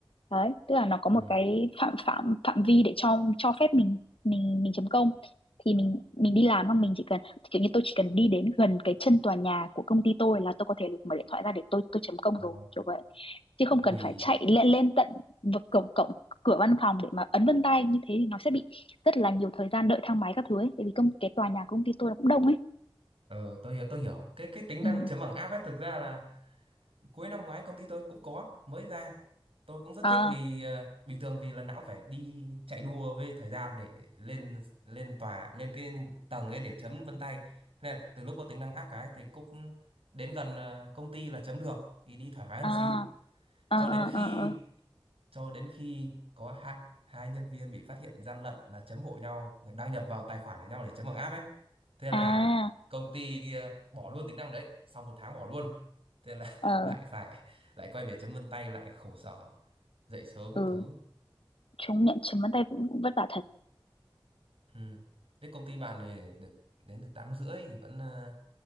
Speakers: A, on the left; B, on the right.
A: đấy tức là nó có
B: ừ.
A: một cái phạm phạm phạm vi để cho cho phép mình mình mình chấm công thì mình mình
B: Ờ,
A: đi làm không mình chỉ cần kiểu như tôi chỉ cần đi đến gần cái chân tòa nhà của công ty tôi là tôi có thể mở điện thoại ra để tôi tôi chấm công
B: ờ.
A: rồi kiểu vậy chứ không
B: Ôi,
A: cần phải chạy lên lên tận vực cổng cổng cửa văn phòng để mà ấn vân tay như thế thì nó sẽ bị rất là nhiều thời gian đợi thang máy các thứ ấy tại vì công cái tòa nhà của công ty tôi nó cũng đông ấy
B: ờ, tôi hiểu, tôi hiểu. Cái cái tính
A: ừ
B: năng chấm bằng app ấy thực ra là cuối năm ngoái công ty tôi cũng có mới ra. Tôi cũng rất
A: à
B: thích vì ờ, bình thường vì lần nào cũng phải đi chạy đua với thời gian để lên lên tòa, lên cái tầng ấy để chấm vân tay. Thế là từ lúc có tính năng app cái thì cũng đến gần ờ, công ty là chấm được thì đi thoải mái hơn
A: à
B: xíu.
A: à
B: Cho
A: à
B: đến khi
A: à à
B: cho đến khi có hạ hai nhân viên bị phát hiện gian lận là chấm hộ nhau đăng nhập vào tài khoản của nhau để chấm bằng app ấy thế là
A: à,
B: công ty ờ, bỏ luôn tính năng đấy sau một tháng bỏ luôn thế là
A: ờ
B: <laughs> lại phải lại quay về chấm vân tay lại khổ sở dậy sớm
A: ừ
B: các thứ
A: chúng nhận chấm vân tay cũng vất vả thật
B: ừ. thế công ty bạn thì được đến từ tám rưỡi thì vẫn ờ,